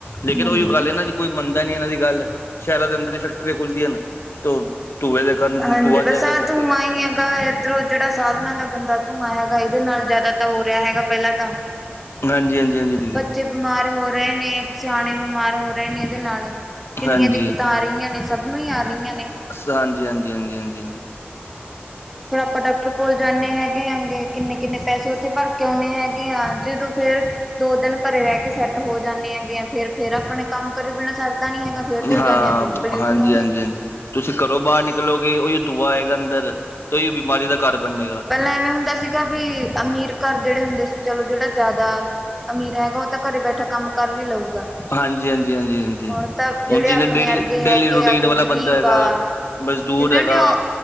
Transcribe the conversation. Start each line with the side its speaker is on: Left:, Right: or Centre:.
Left: ਲੇਕਿਨ
Centre: ਹੂੰ
Left: ਉਹ
Centre: ਹੂੰ
Left: ਜ ਗੱਲ ਇਹ ਨਾ ਜੀ ਕੋਈ ਮੰਨਦਾ ਨਹੀਂ ਇਹਨਾਂ ਦੀ ਗੱਲ। ਸ਼ਹਿਰਾਂ ਦੇ ਅੰਦਰ ਹੀ ਫੈਕਟਰੀਆਂ ਖੁੱਲਦੀਆਂ ਨੇ। ਧੂੰਏ ਦੇ ਕਾਰਨ
Centre: ਹਾਂਜੀ।
Left: ਧੂਆ
Centre: ਬਸ
Left: ਜਾਏਗਾ
Centre: ਆਹ
Left: ਕਿੱਥੇ
Centre: ਧੂੰਆਂ ਹੇਗਾ ਆ। ਇਧਰੋਂ ਜਿਹੜਾ ਸਾਧਨਾਂ ਦਾ ਗੰਦਾ ਧੂੰਆਂ ਹੈਗਾ ਇਹਦੇ ਨਾਲ ਜ਼ਿਆਦਾ ਤਾਂ ਹੋ ਰਿਹਾ ਹੈਗਾ। ਪਹਿਲਾਂ ਤਾਂ
Left: ਹਾਂਜੀ- ਹਾਂਜੀ -ਹਾਂਜੀ। ਦੀਦੀ
Centre: ਬੱਚੇ ਬਿਮਾਰ ਹੋ ਰਹੇ ਨੇ, ਸਿਆਣੇ ਬਿਮਾਰ ਹੋ ਰਹੇ ਨੇ ਇਹਦੇ ਨਾਲ। ਕਿੰਨੀਆਂ
Left: ਹਾਂਜੀ
Centre: ਦਿੱਕਤਾਂ ਆ ਰਹੀਆਂ ਨੇ, ਸਭ ਨੂੰ ਹੀ ਆ ਰਹੀਆਂ ਨੇ।
Left: ਹਾਂਜੀ -ਹਾਂਜੀ -ਹਾਂਜੀ- ਹਾਂਜੀ- ਹ।
Centre: ਫੇਰ ਆਪਾਂ ਡਾਕਟਰ ਕੋਲ ਜਾਂਦੇ ਹੈ। ਗੇ ਹੈਗੇ। ਕਿੰਨੇ- ਕਿੰਨੇ ਪੈਸੇ ਉੱਥੇ ਭਰ ਕੇ ਆਉਂਣੇ ਹੈਗੇ ਆ। ਜਦੋਂ ਫੇਰ ਦੋ ਦਿਨ ਘਰੇ ਰਹਿ ਕੇ ਸੈੱਟ ਹੋ ਜਾਂਦੇ ਹੈਗੇ। ਫੇਰ- ਫੇਰ ਆਪਣੇ ਕੰਮ ਕਰੇ ਬਿਨਾਂ ਸਰਦਾ ਨੀ ਹੈਗਾ। ਫੇਰ ਜੋ
Left: ਹਾਂ
Centre: ਜਾਂਦੇ ਆ ਫੇਰ ਪੋਲਿਊਸ਼ਨ
Left: ਹਾਂਜੀ
Centre: ਉਹੀ
Left: ਹਾਂਜੀ ਹਾਂਜੀ ਤੁਸੀਂ ਕਰੋ ਬਾਹਰ ਨਿਕਲੋਗੇ ਉਹੀਓ ਤੂਆ ਆਏਗਾ ਅੰਦਰ। ਤੇ ਉਹੀ ਬਿਮਾਰੀ ਦਾ ਘਰ ਬੰਨੇਗਾ।
Centre: ਪਾਂ ਐਵੇਂ ਹੁੰਦਾ ਸੀ। ਗਾ ਵੀ ਅਮੀਰ ਘਰ ਜਿਹੜੇ ਹੁੰਦੇ ਸੀ। ਚਲੋ, ਜਿਹੜਾ ਜ਼ਿਆਦਾ ਅਮੀਰ ਹੈਗਾ। ਉਹ ਤਾਂ ਘਰੇ ਬੈਠਾ ਕੰਮ ਕਰ ਵੀ ਲਊਗਾ।
Left: ਹਾਂਜੀ -ਹਾਂਜੀ -ਹਾਂਜੀ -ਹਾਂਜੀ
Centre: ਹੁਣ ਤਾਂ ਜਿਹੜੇ
Left: ਹੁਣ ਜਿਵੇੇ
Centre: ਆਪਣੇ
Left: ਡੇਲੀ,
Centre: ਅਰਗੇ
Left: ਡੇਲੀ
Centre: ਹੈਗੇ
Left: ਰੂਟੀਨ
Centre: ਆ ਕੋਈ
Left: ਵਾਲਾ
Centre: ਗ਼ਰੀਬ
Left: ਬੰਦਾ ਹੈਗਾ।
Centre: ਆ
Left: ਮਜ਼ਦੂਰ
Centre: ਜਿਨਾਂ
Left: ਹੈਗਾ।
Centre: ਨੇ